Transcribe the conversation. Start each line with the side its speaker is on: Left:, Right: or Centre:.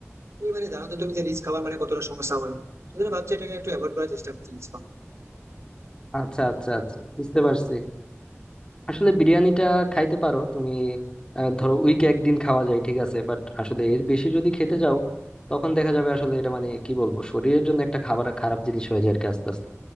Right: তুমি মানে জানো তো তুমি যে রিচ খাবার মানে কতটা সমস্যা হয় ওই জন্য ভাবছি এটাকে একটু অ্যাভয়েড করার চেষ্টা করছি রিচ খাবার
Left: আচ্ছা আচ্ছা আচ্ছা বুঝতে পারছি আসলে বিরিয়ানিটা খাইতে পারো তুমি আহ, ধরো উইকে একদিন খাওয়া যায় ঠিক আছে বাট আসলে এর বেশি যদি খেতে যাও তখন দেখা যাবে আসলে এটা মানে কি বলবো শরীরের জন্য একটা খাবার খারাপ জিনিস হয়ে যায় আর কি আস্তে আস্তে